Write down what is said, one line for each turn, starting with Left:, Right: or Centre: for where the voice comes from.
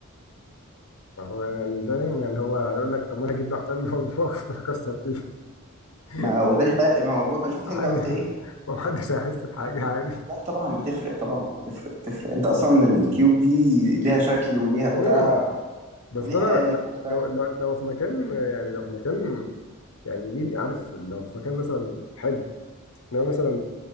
Left: <laughs> ما هو يعني فاهم يعني هو هيقول لك طب ما انا هجيب لوح تلج واكسر فيه <laughs>
Right: ما وده الفرق ما هو بقول- شوف
Left: حد
Right: انت قلت ايه
Left: ما حدش هيحس بحاجه عادي
Right: لا طبعا بتفرق طبعا بتفرق بتفرق انت اصلا الكيوب دي ليها شكل وليها بتاع
Left: امم بس
Right: وليها
Left: ده لو
Right: قالب وبتاع
Left: لو لو لو في مكان يعني لو في مكان يعني ليه عارف لو في مكان مثلا حلو انما مثلا